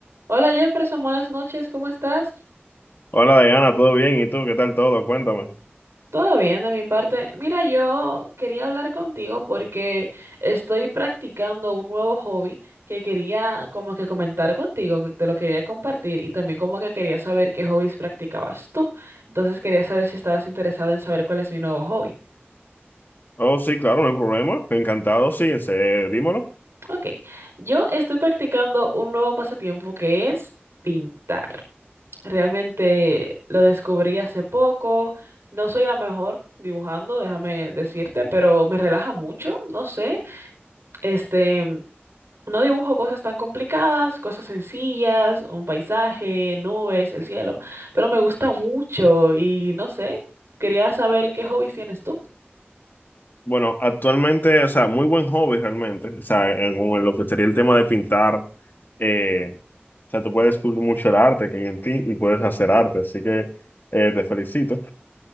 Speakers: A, on the right; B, on the left.
A: Hola Jefferson, buenas noches, ¿cómo estás?
B: Hola Diana, ¿todo bien? ¿Y tú? ¿Qué tal todo? Cuéntame.
A: Todo bien de mi parte. Mira, yo quería hablar contigo porque estoy practicando un nuevo hobby que quería como que comentar contigo, que te lo quería compartir y también como que quería saber qué hobbies practicabas tú. Entonces quería saber si estabas interesado en saber cuál es mi nuevo hobby.
B: Oh, sí, claro, no hay problema. Encantado, sí, ese- dímelo.
A: Ok, yo estoy practicando un nuevo pasatiempo que es pintar. Realmente lo descubrí hace poco. No soy la mejor dibujando, déjame decirte, pero me relaja mucho, no sé. Este, no dibujo cosas tan complicadas, cosas sencillas, un paisaje, nubes, el cielo, pero me gusta mucho y no sé. Quería saber qué hobbies tienes tú.
B: Bueno, actualmente, o sea, muy buen hobby realmente. O sea, en, en lo que sería el tema de pintar, eh, o sea, tú puedes descubrir mucho el arte que hay en ti y puedes hacer arte, así que eh, te felicito.